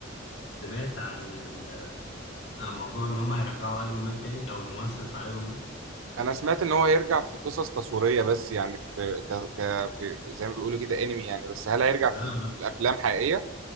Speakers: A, on the left; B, on the right.
A: سمعت عن ال عن موضوع ان هم هيرجعوا ايرون مان تاني او الممثل بتاع ايرون مان
B: انا سمعت ان هو يرجع في قصص تصويريه بس يعني في ك... ك... في زي ما بيقولوا كده انمي يعني بس هل هيرجع
A: لا
B: في, ال...
A: لا
B: في الافلام حقيقيه